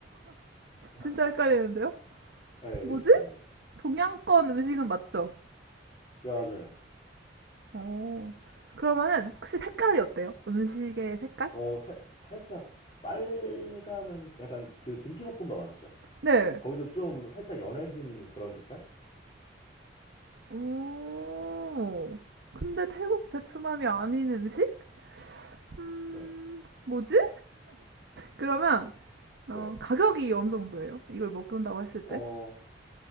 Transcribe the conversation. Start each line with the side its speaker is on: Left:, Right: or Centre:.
Left: <laughs>
Right: 진짜 헷갈리는데요?
Left: 네,
Right: 뭐지?
Left: 일시도 아닙니다.
Right: 동양권 음식은 맞죠?
Left: 네 맞아요.
Right: 어. 그러면은 혹시 색깔이 어때요? 음식의 색깔?
Left: 어 살, 살짝 빨감은 약간 그 김치볶음밥 아시죠?
Right: 네.
Left: 거기도 좀 살짝 연해진 그런 색깔?
Right: 오, 근데 태국, 베트남이 아닌 음식? 음,
Left: 네,
Right: 뭐지? 그러면
Left: 네.
Right: 어, 가격이 어느 정도예요? 이걸 먹는다고 했을 때?
Left: 어